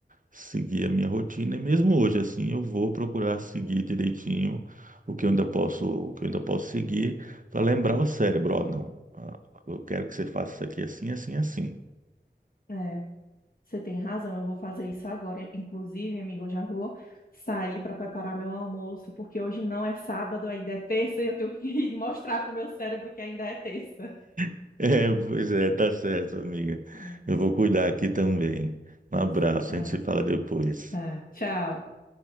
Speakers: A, on the right (about 50°); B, on the left (about 50°).
A: seguir a minha rotina. E mesmo hoje, assim, eu vou procurar seguir direitinho o que eu ainda posso, o que eu ainda posso seguir para lembrar o cérebro, ó, não. ah, Eu quero que você faça isso aqui assim, assim, assim.
B: É, você tem razão, eu vou fazer isso agora. Inclusive, amigo, eu já vou sair para preparar meu almoço, porque hoje não é sábado, ainda é terça, e eu tenho que <laughs> mostrar para o meu cérebro que ainda é terça.
A: <laughs> É, pois é, tá certo, amiga.
B: Hum,
A: Eu vou cuidar aqui também. Um
B: Pois,
A: abraço,
B: ah,
A: a gente se fala depois.
B: ah, tchau.